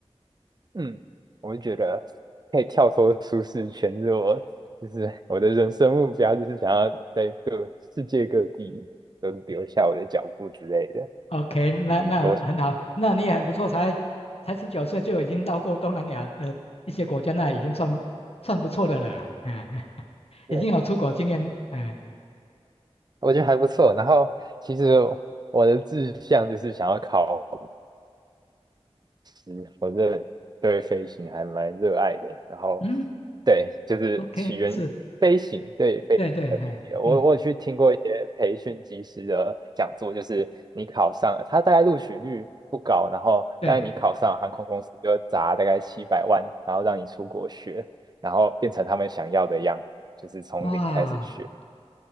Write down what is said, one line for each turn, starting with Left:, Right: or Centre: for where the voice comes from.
Right: 嗯，我就觉得可以跳脱舒适圈，是我就是我的人生目标，就是想要在各世界各地都留下我的脚步之类的，
Left: OK，那那很好，
Right: 就是多少，
Left: 那你也很不错，才才十九岁就已经到过东南亚的一些国家，那已经算算不错的了啦，哎，<laughs>
Right: 对，
Left: 已经有出国经验，哎，
Right: 我觉得还不错。然后其实我的志向就是想要考。嗯我这对飞行还蛮热爱的。然后，
Left: 嗯
Right: 对，就是起源于飞行对飞行的理解。
Left: ，OK，是，对对，哎，
Right: 我我有去听过一些培训机师的讲座，
Left: 嗯，
Right: 就是你考上了，他大概录取率不高，然后但是你考上了航空公司就砸大概七百万，
Left: 对，
Right: 然后让你出国学，然后变成他们想要的样子，就是从零开始学。
Left: 哇